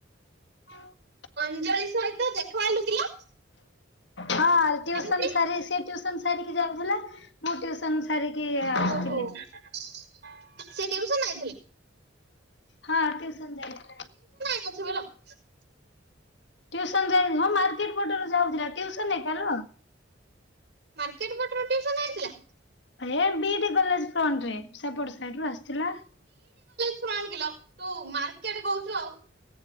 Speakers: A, on the left; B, on the right.
A: <inaudible>
B: ଅଞ୍ଜଳି ସହିତ ଦେଖା ହେଲୁ କିଲୋ?
A: ହଁ, ଟ୍ୟୁସନ୍
B: କେମିତି
A: ସାରି ସେ। ଟ୍ୟୁସନ୍ ସାରିକି ଯାଉଥିଲା। ମୁଁ ଟ୍ୟୁସନ୍ ସାରିକି। ଆସିଥିଲି
B: ଓହୋଃ। ସେ ଟ୍ୱଇସନ୍ <inaudible>
A: ହଁ, ଟ୍ୟୁସନ ଯାଇଥିଲା।
B: <unintelligible>
A: <unintelligible>
B: ମାର୍କେଟ ପଟରେ ଟିଉସନ ହେଇଥିଲା?
A: ଏ ବି, ଡ଼ି କଲେଜ ଫ୍ରଣ୍ଟରେ ସେପଟ ସାଇଡରୁ ଆସିଥିଲା।
B: <unintelligible> କେଟେ କହୁଛୁ ଆଉ?